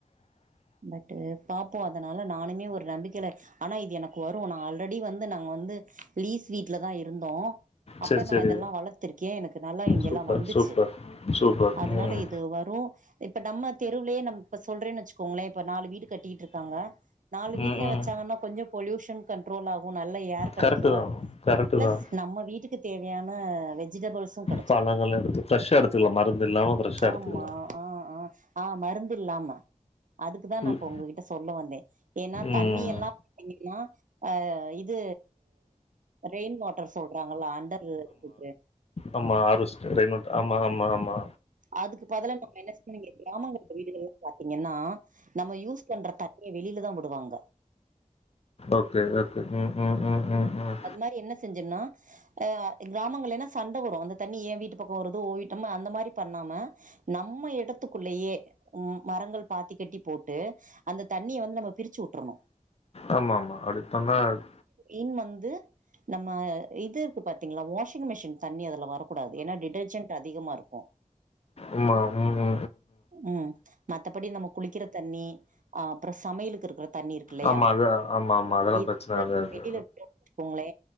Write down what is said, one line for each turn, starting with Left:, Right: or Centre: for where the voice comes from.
Right: பட்டு பாப்போ அதனால நானுமே ஒரு நம்பிக்கேல ஆனா இது எனக்கு வரு நா ஆல்ரெடி வந்து நாங்க வந்து லீஸ் வீட்ல தா இருந்தோ அப்ப
Left: சரி
Right: நான்
Left: சரி
Right: இதெல்லாம் வளத்துருக்கே எனக்கு நல்லா இங்கல்லாம்
Left: சூப்பர்
Right: வந்துச்சு
Left: சூப்பர் சூப்பர்
Right: அதனால
Left: ம்
Right: இது வரும் இப்ப நம்ம தெருவுலேயே நம்ப சொல்றேன்னு வச்சுக்கோங்களேன் இப்ப நாலு வீடு கட்டிட்டு இருக்காங்க நாலு வீட்ல
Left: ம் ம்
Right: வச்சாங்கன்னா கொஞ்சோ பொல்யூஷன் கன்ட்ரோலாகும் நல்ல ஏர் கிடைக்கும்
Left: கரெக்டு தான் கரெக்டு
Right: பிளஸ்
Left: தான்
Right: நம்ம வீட்டுக்கு தேவையான வெஜிடேபிள்ஸும்
Left: பழங்கல எடுத்து ஃப்ரெஷ்ஷா எடுத்துகலாம் மருந்து இல்லாம ஃப்ரஷ்ஷா
Right: ஆமா
Left: எடுத்துகலாம்
Right: ஆ ஆ ஆ மருந்து இல்லாம அதுக்குதான் நான்
Left: ம்,
Right: இப்ப உங்ககிட்ட சொல்ல வந்தேன் ஏன்னா
Left: ம்
Right: தண்ணி எல்லாம் பாத்தீங்கன்னா அ இது ரெயின் வாட்டர் சொல்றாங்கள அண்டர் ஏ இருக்கு
Left: ஆமா ஹார்வெஸ்ட் ரெயின்வாட்டர் ஆமா ஆமா ஆமா
Right: அதுக்கு பதிலா நம்ம என்ன செய்யணும் இங்க கிராமங்கள வீடுகள் எல்லாம் பாத்தீங்கன்னா நம்ம யூஸ் பண்ற தண்ணியே வெளில தான் விடுவாங்க
Left: ஓகே ஓகே ம் ம் ம் ம் ம்
Right: அது மாரி என்ன செஞ்சும்னா ஆ க்ராமங்களெனா சண்ட வரு அந்த தண்ணி ஏ வீட்டு பக்கம் வருது ஓவீட்டம்ம அந்த மாரி பண்ணாம நம்ம யடத்துக்குள்ளயே உம் மரங்கள் பாத்தி கட்டி போட்டு அந்த தண்ணிய வந்து நம்ம பிரிச்சு விட்ருணு
Left: ஆமா ஆமா அடிப்பன்னாத்
Right: இன் வந்து நம்ம இது இருக்கு பாத்தீங்களா வாஷிங் மிஷின் தண்ணி அதுல வரு கூடாது ஏனா டிடர்ஜென்ட் அதிகமா இருக்கு
Left: உம்மா உம் ம்
Right: ம் மத்தப்படி நம்ம குளிக்கிற தண்ணி ஆ அப்ற சமையலுக்கு இருக்ற தண்ணி இருக்கு இல்லையா
Left: ஆமா அது ஆமா ஆமா அதெல்லா
Right: <unintelligible>
Left: பிரச்சன ஆகாது
Right: போங்ளே